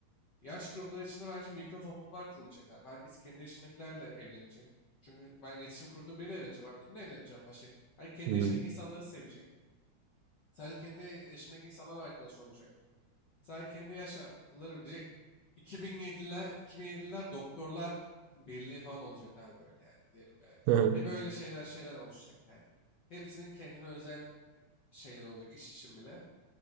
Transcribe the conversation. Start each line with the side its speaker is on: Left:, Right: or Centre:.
Left: Yaş grupları içinde bence mikro toplumlar kurulacak abi. Herkes kendi yaşındakilerle evlenecek. Çünkü ben iletişim kurduğum biriyle evleneceğim abi. Kimle evleneceğim başka? Her kendi
Right: hı, hı.
Left: yaşındaki insanları sevecek. Sadece kendi yaşındaki insanlarla arkadaş olacak. Sadece kendi yaşlarım diyecek. 2007'ler, 2007'ler doktorlar birliği falan olacak abi böyle yani diyelim yani.
Right: aha.
Left: Hep öyle şeyler şeyler oluşacak yani. Hepsinin kendine özel şeyleri olacak iş için bile.